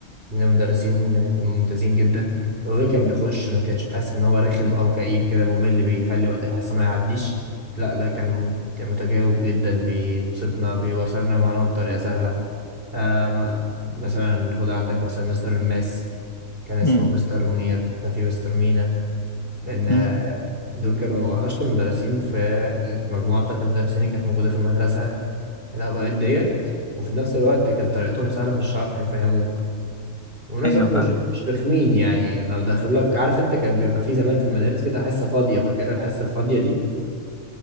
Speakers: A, on the right (about 45°); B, on the left (about 20°).
A: من المدرسين الممتازين جدا لو ده كان بيخش ما كانش بحس ان هو رخم او كئيب كده ممل بيخلي وقت الحصه ما يعديش لا ده كان مت- متجاوب جدا بيبسطنا بيوصلنا المعلومه بطريقه سهله آه م- مثلا خد عندك مثلا مستر الماس كان اسمه
B: امم
A: مستر منير كان في مستر مينا لان آه،
B: امم
A: دول كانوا اشطر مدرسين في المجموعه بتاعت المدرسين اللي كانت موجوده في المدرسه الاوقات ديت وفي نفس الوقت كانت طريقتهم سهله في الشرح يفهموك والناس
B: ايوه
A: دلوقتي
B: فاهمك
A: مش مش رخمين يعني لو دخلوا لك عارف انت كان بيبقى في زمان في المدارس كده حصه فاضيه فاكرها الحصه الفاضيه دي